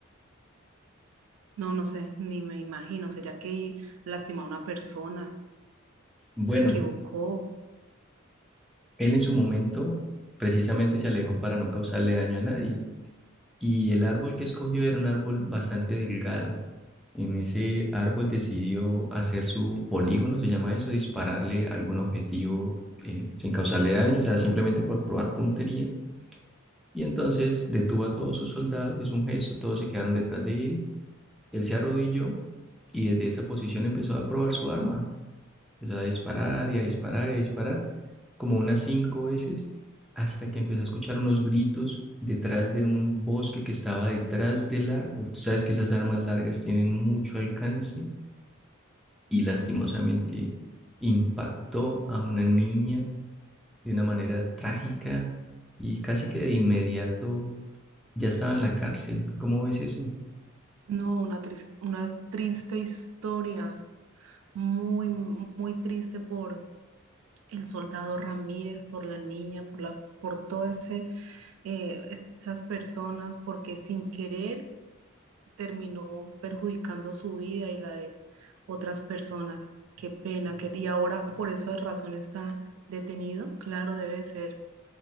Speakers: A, on the right (about 80°); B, in the centre.
A: No, no sé, ni me imagino. ¿Sería que lastimó a una persona?
B: Bueno,
A: ¿Se equivocó?
B: él en su momento precisamente se alejó para no causarle daño a nadie. Y el árbol que escogió era un árbol bastante delgado. En ese árbol decidió hacer su polígono, se llama eso, dispararle a algún objetivo eh, sin causarle daño, o sea, simplemente por probar puntería. Y entonces detuvo a todos sus soldados, hizo un gesto, todos se quedaron detrás de él. Él se arrodilló y desde esa posición empezó a probar su arma. Empezó a disparar y a disparar y a disparar, como unas cinco veces, hasta que empezó a escuchar unos gritos detrás de un bosque que estaba detrás del árbol. Tú sabes que esas armas largas tienen mucho alcance y lastimosamente impactó a una niña de una manera trágica y casi que de inmediato ya estaba en la cárcel. ¿Cómo ves eso?
A: No, una, tris- una triste historia. Muy, muy triste por el soldado Ramírez, por la niña, por la, por todas esas personas, porque sin querer terminó perjudicando su vida y la de otras personas. Qué pena, que y ahora por esa razón está detenido. Claro, debe ser.